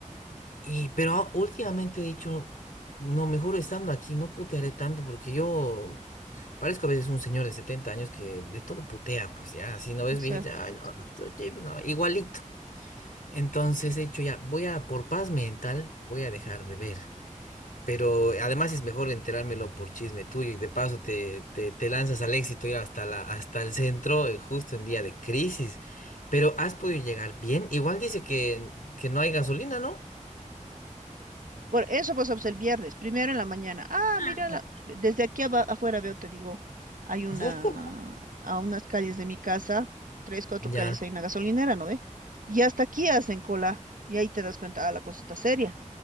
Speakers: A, on the left (about 90°); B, on the right (about 85°).
A: Y, pero a- últimamente he dicho, no, mejor estando aquí, no putearé tanto porque yo parezco a veces un señor de 70 años que de todo putea, pues ya, si no ves
B: Exacto.
A: viejito, ay, no, estos tipos, no, no, no". igualito. Entonces he dicho ya, voy a, por paz mental, voy a dejar de ver. Pero además es mejor enterármelo por chisme tuyo y de paso te, te, te lanzas al éxito ir hasta la, hasta el centro eh, justo en día de crisis. Pero has podido llegar bien. Igual dice que, que no hay gasolina, ¿no?
B: Por eso pasamos el viernes, primero en la mañana. Ah,
A: Ah.
B: mira, la- desde aquí aba- afuera veo, te digo, hay una,
A: <laughs>
B: a unas calles de mi casa, tres, cuatro
A: Ya,
B: calles hay una gasolinera, ¿no ve? Y hasta aquí hacen cola, y ahí te das cuenta, ah, la cosa está seria.